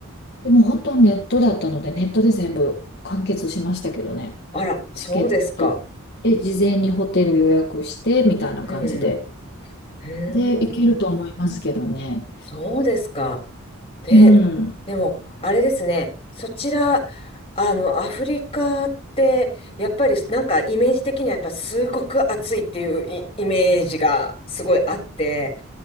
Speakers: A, on the left; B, on the left.
A: でも本当にネットだったので、ネットで全部完結しましたけどね。
B: あら、そうですか。
A: チケットで事前にホテル予約してみたいな感じで。
B: うん。うーん、
A: で、行けると思いますけどね。
B: そうですか。で、
A: うん、
B: でも、あれですね、そちら、あの、アフリカって、やっぱりなんかイメージ的にはやっぱすごく暑いっていうイ、イメージがすごいあって、